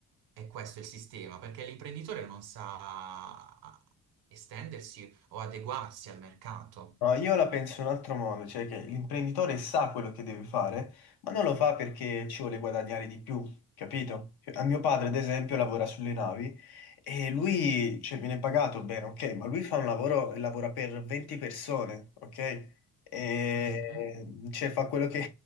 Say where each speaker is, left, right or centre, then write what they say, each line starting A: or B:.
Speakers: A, on the right; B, on the left.
A: e questo è il sistema, perché l'imprenditore non sa estendersi o adeguarsi al mercato.
B: No, io la penso in un altro modo, cioè che l'imprenditore sa quello che deve fare, ma non lo fa perché ci vuole guadagnare di più, capito? Cioè, A mio padre, ad esempio, lavora sulle navi e lui, cioè, viene pagato bene, ok, ma lui fa un lavoro, e lavora per 20 persone, ok? E,
A: Mhm.
B: cioè, fa quello che...